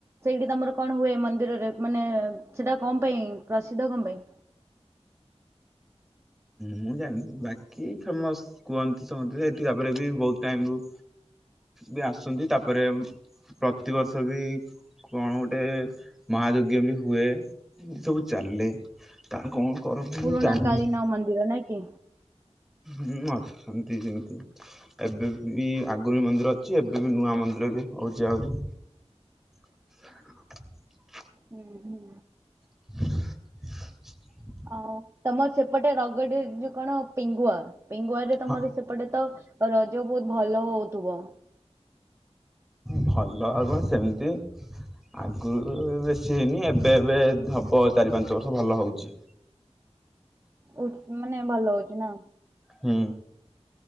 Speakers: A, on the right; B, in the centre.
A: ସେଇଠି ତମର କଣ ହୁଏ ମନ୍ଦିରରେ ମାନେ ସେଟା କଣ ପାଇଁ ପ୍ରସିଦ୍ଧ କଣ ପାଇଁ?
B: ମୁଁ ଜାଣିନି ବାକି ଫେମସ୍ କୁହନ୍ତି ସମସ୍ତେ ସେଠିକା ପରେ ବି ବହୁତ୍ ଟାଇମ୍ ରୁ ବି ଆସୁଛନ୍ତି ତାପରେ ପ୍ରତିବର୍ଷ ବି କଣ ଗୋଟେ ମହାଯଜ୍ଞ ବି ହୁଏ ଏସବୁ ଚାଲେ। ତାହା କଣ କରନ୍ତି
A: ପୁରୁଣା
B: ମୁଁ ଜାଣିନି।
A: କାଳୀନ ମନ୍ଦିର ନାଇଁ କି
B: ହୁ ମା ଶାନ୍ତି ସେମିତି। <inaudible> ଏବେ ବି ଆଗରୁ ବି ମନ୍ଦିର ଅଛି ଏବେ ବି ନୂଆ ମନ୍ଦିର ବି ହଉଛି ଆହୁରି। ହ। <inaudible>
A: ହୁଁ ହୁଁ।
B: <unintelligible>
A: ଆଉ ତମର ସେପଟେ ରଗଡିରେ ଯୋଉ କଣ ପିଙ୍ଗୁଆ ପିଙ୍ଗୁଆରେ ତମର
B: ହଁ
A: ସେପଟେ ତ ରଜ ବହୁତ୍ ଭଲ ହଉଥିବ।
B: ଭଲ ଆଉ କଣ ସେମିତି। ଆଗରୁ ବେଶୀ ହେଇନି ଏବେ ଏବେ ହବ ଚାରି ପାଞ୍ଚ ବର୍ଷ ଭଲ ହଉଛି।
A: କୋଉ ମାନେ ଭଲ ହଉଛି ନା
B: ହୁଁ।